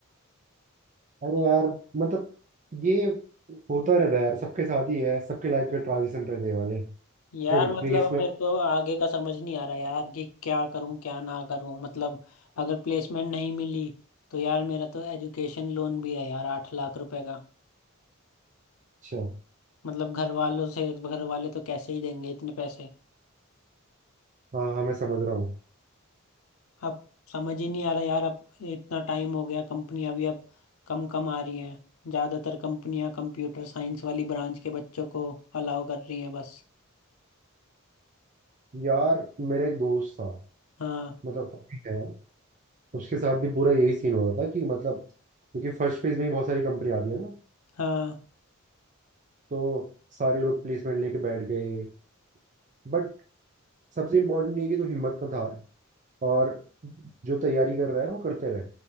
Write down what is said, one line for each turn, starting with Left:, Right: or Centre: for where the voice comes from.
Right: अरे यार मतलब ये होता रहता है यार सबके साथ ही है सबके लाइफ के ट्रांजिशन रहते हैं वाले कि
Left: यार
Right: कभी प्लेस
Left: मतलब अब
Right: में
Left: मेरे को आगे का समझ नहीं आ रहा यार कि क्या करूं क्या ना करूं मतलब अगर प्लेसमेंट नहीं मिली तो यार मेरा तो एजुकेशन लोन भी है यार आठ लाख रुपए का
Right: अच्छा
Left: मतलब घर वालों से घर वाले तो कैसे ही देंगे इतने पैसे
Right: हाँ हाँ मैं समझ रहा हूँ
Left: अब समझ ही नहीं आ रहा यार अब इतना टाइम हो गया कंपनियां भी अब कम कम आ रही हैं ज्यादातर कंपनियां कंप्यूटर साइंस वाली ब्रांच के बच्चों को अलाउ कर रही हैं बस
Right: यार मेरा एक दोस्त था
Left: हाँ
Right: मतलब अभी है उसके साथ भी पूरा यही सीन हो रहा था कि मतलब क्योंकि फर्स्ट फेज में ही बहुत सारी कंपनी आती है ना
Left: हाँ
Right: तो सारे लोग प्लेसमेंट लेके बैठ गए बट सबसे इम्पोर्टेंट ये है कि तू हिम्मत मत हार और जो तैयारी कर रहा है वो करते रहे